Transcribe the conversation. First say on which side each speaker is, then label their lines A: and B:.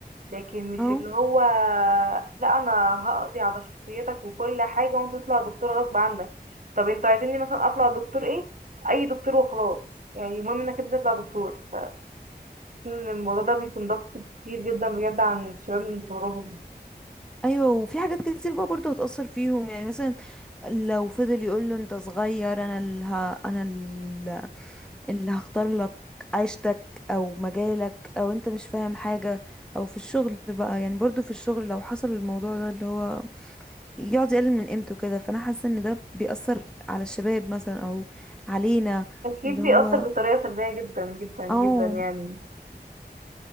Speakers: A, on the right (about 50°); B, in the centre.
A: لكن مش
B: اه
A: اللي هو لا انا هقضي على شخصيتك وكل حاجة وانت تطلع دكتور غصب عنك طب انتوا عايزيني مثلا اطلع دكتور ايه اي دكتور وخلاص يعني المهم انك انت تطلع دكتور فإن الموضوع ده بيكون ضغط كتير جدا بجد عن الشباب من صغرهم
B: ايوه وفي حاجات كتير بقى برضو هتأثر فيهم يعني مثلا لو فضل يقول له انت صغير انا اللي ه... انا ال- اللي هختار لك عيشتك او مجالك او انت مش فاهم حاجة او في الشغل بقى يعني برضو في الشغل لو حصل الموضوع ده اللي هو يقعد يقلل من قيمته كده فانا حاسة ان ده بيأثر على الشباب مثلا او علينا
A: اكيد
B: اللي
A: بيأثر
B: هو
A: بطريقة سلبية جدا جدا جدا
B: او
A: يعني